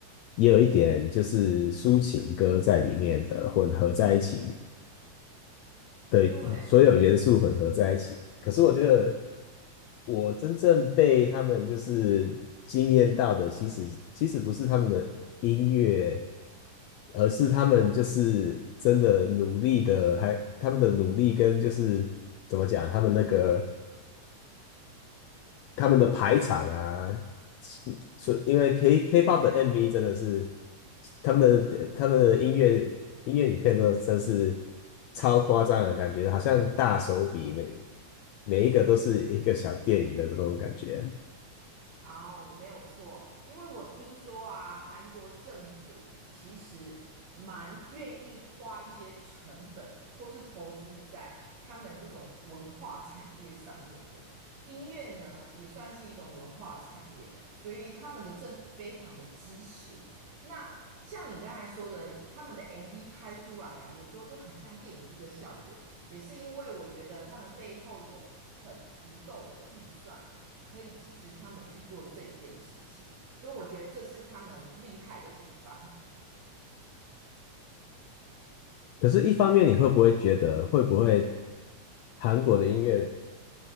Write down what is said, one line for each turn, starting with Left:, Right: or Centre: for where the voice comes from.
Left: 也有一点就是抒情歌在里面的混合在一起。的所有元素混合在一起。
Right: 对，
Left: 可是我觉得，我真正被他们就是惊艳到的，其实其实不是他们的音乐，而是他们就是真的努力的，还他们的努力跟就是怎么讲，他们那个他们的排场啊，所因为 K K-pop 的 MV 真的是他们的他们的音乐音乐影片都真是超夸张的感觉，好像大手笔每每一个都是一个小电影的这种感觉。
Right: 哦，没有错，因为我听说啊，韩国政府其实蛮愿意花一些成本，或是投资在他们这种文化产业上面的。音乐呢，也算是一种文化产业，所以他们的政府非常的支持。那像你刚才说的，他们的 MV 拍出来啊，有时候就很像电影这个效果，也是因为我觉得他们背后有很足够的预算。可以支持他们去做这一件事情，所以我觉得这是他们厉害的地方。
Left: 可是，一方面你会不会觉得会不会韩国的音乐